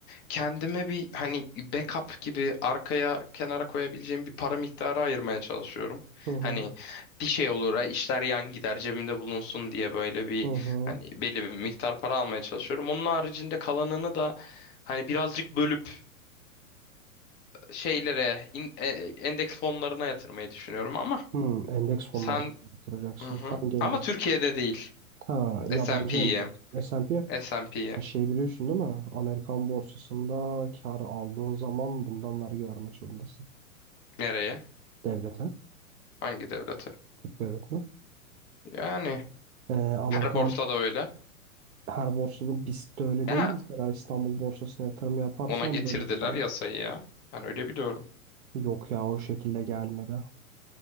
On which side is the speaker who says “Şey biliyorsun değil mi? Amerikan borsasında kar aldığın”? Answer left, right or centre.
Right